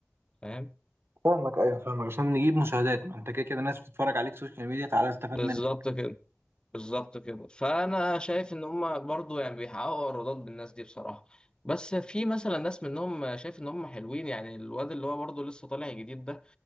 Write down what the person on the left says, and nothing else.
فاهم
بالظبط
كده بالظبط كده فانا شايف ان هم برضو يعني بيحققوا ايرادات بالناس دي بصراحة بس في مثلا ناس منهم شايف ان هم حلوين يعني الواد اللي هو برضو لسه طالع جديد ده